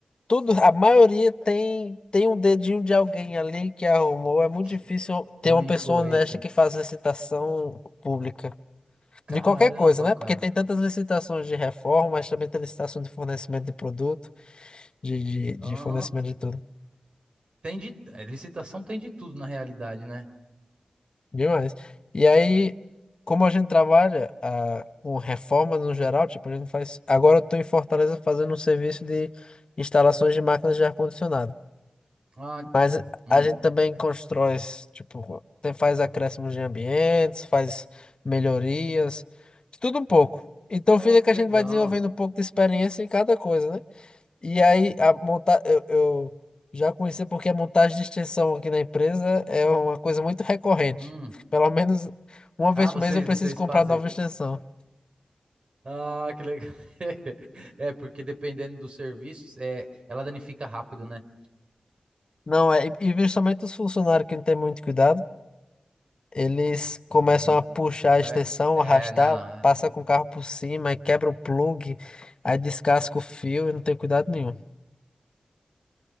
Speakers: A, on the left; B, on the right.
A: Tudo, a maioria tem tem um dedinho de alguém ali que arrumou. É muito
B: que,
A: difícil ter
B: uma
A: uma pessoa
B: influência.
A: honesta que faz licitação pública.
B: Caramba,
A: De qualquer coisa, né?
B: cara.
A: Porque tem tantas licitações de reforma, mas também tem licitação de fornecimento de produto de, de, de
B: Aham.
A: fornecimento de tudo.
B: Tem de, é, licitação tem de tudo na realidade, né?
A: Demais. E aí, como a gente trabalha ah, com reforma no geral, tipo, a gente faz. Agora eu estou em Fortaleza fazendo um serviço de instalações de máquinas de ar-condicionado.
B: Ah,
A: Mas
B: hum.
A: a gente também constrói, tipo, tem- faz acréscimos de ambientes, faz melhorias, de tudo um pouco. Então
B: Oh,
A: fica que
B: que
A: a gente
B: legal.
A: vai desenvolvendo um pouco de experiência em cada coisa, né? E aí, a monta eu, eu já conheci porque a montagem de extensão aqui na empresa é uma coisa muito recorrente.
B: Hum.
A: Pelo menos uma vez
B: Ah, vocês,
A: por mês eu preciso
B: vocês
A: comprar
B: fazem.
A: nova extensão.
B: Ah, que legal. <laughs> É, porque dependendo dos serviços, é, ela danifica rápido, né?
A: Não é, e e justamente os funcionários que não têm muito cuidado, eles começam
B: Não
A: a puxar a extensão,
B: É, é,
A: arrastar,
B: não.
A: passa com
B: é-
A: o carro por cima, aí quebra o plug, aí descasca o fio e não tem cuidado nenhum.